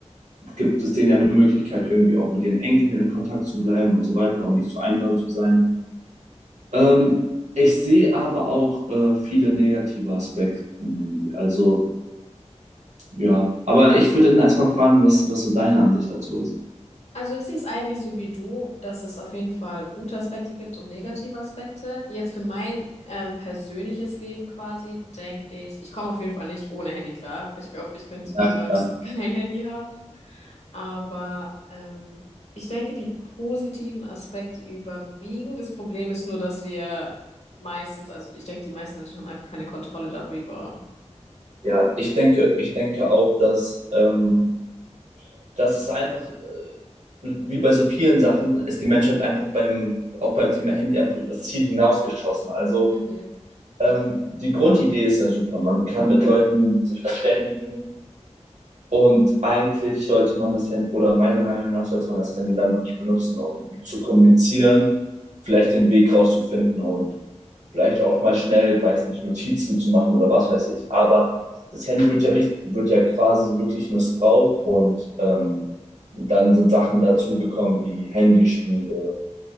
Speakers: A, on the right; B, on the left.
A: gibt es denen ja eine Möglichkeit, irgendwie auch mit ihren Enkeln in Kontakt zu bleiben und so weiter und nicht so einsam zu sein. Ähm, ich sehe aber auch äh, viele negative Aspekte vom Handy. Also ja, aber ich würde dann erstmal fragen, was, was so deine Ansicht dazu ist.
B: Also ich sehe es eigentlich so wie du, dass es auf jeden Fall gute Aspekte gibt und negative Aspekte. Jetzt für mein ähm, persönliches Leben quasi, denke ich, ich komme auf jeden Fall nicht ohne Handy klar. Ich glaube, ich könnte niemals
A: Ja, klar.
B: <laughs> kein Handy haben. Aber ähm, ich denke, die positiven Aspekte überwiegen. Das Problem ist nur, dass wir meistens, also ich denke, die meisten Menschen haben einfach keine Kontrolle darüber.
A: ja. ich denke, ich denke auch, dass, ähm, dass es einfach wie bei so vielen Sachen ist die Menschheit einfach beim, auch beim Thema Handy einfach übers Ziel hinausgeschossen. Also
B: Mhm.
A: ähm, die Grundidee ist ja super. Man kann mit Leuten sich verständigen, und eigentlich sollte man das Handy, oder meiner Meinung nach sollte man das Handy dann wirklich benutzen, um zu kommunizieren, vielleicht den Weg rauszufinden und vielleicht auch mal schnell, weiß nicht, Notizen zu machen oder was weiß ich. Aber das Handy wird ja, richt- wird ja quasi wirklich missbraucht und ähm, dann sind Sachen dazugekommen wie Handyspiele